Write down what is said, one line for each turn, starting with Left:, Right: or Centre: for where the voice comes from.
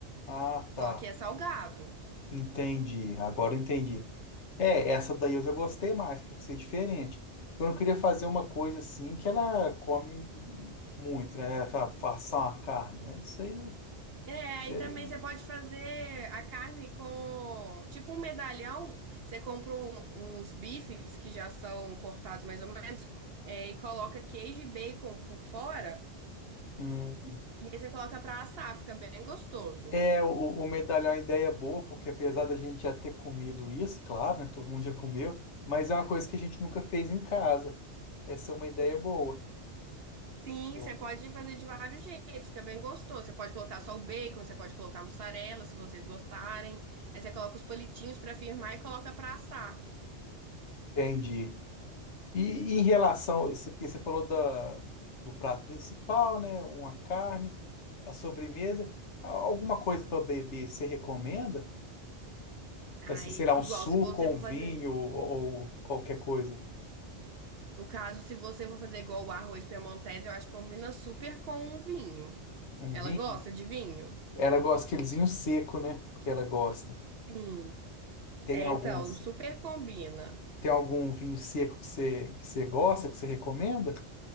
Left: ah,
Right: só
Left: tá.
Right: que é salgado.
Left: Entendi, agora eu entendi. É, essa daí eu já gostei mais, por ser diferente. Eu não queria fazer uma coisa assim que ela come muito, né? Fa- Façam a carne, né? Isso aí.
Right: É,
Left: isso
Right: aí
Left: aí-
Right: também você pode fazer a carne com, tipo um medalhão, você compra um- uns bifes que já são cortados mais ou menos, é, e coloca queijo e bacon por fora,
Left: Hum.
Right: e aí você coloca pra assar, fica bem gostoso.
Left: É, o, o medalhão é uma ideia boa, porque apesar da gente já ter comido isso, claro, né? Todo mundo já comeu, mas é uma coisa que a gente nunca fez em casa. Essa é uma ideia boa.
Right: Sim,
Left: Eu
Right: você pode fazer de vários jeitos, fica bem gostoso. Você pode colocar só o bacon, você pode colocar mussarela, se vocês gostarem. Aí você coloca os palitinhos pra firmar e coloca pra assar.
Left: entendi. E, e em relação, você- porque você falou da, do prato principal, né? Uma carne, a sobremesa. A- Alguma coisa para beber, você recomenda?
Right: Aí,
Left: Assim, sei lá,
Right: igual
Left: um suco
Right: se você
Left: ou
Right: for
Left: um vinho
Right: fazer
Left: ou, ou qualquer coisa.
Right: No caso, se você for fazer igual o arroz piemontese, eu acho que combina super com um vinho.
Left: Um
Right: Ela
Left: vinho?
Right: gosta de vinho?
Left: Ela gosta aquele vinho seco, né? Que ela gosta.
Right: Sim.
Left: Tem
Right: É,
Left: algum
Right: então,
Left: assim?
Right: super combina.
Left: Tem algum vinho seco que você, que você gosta, que você recomenda?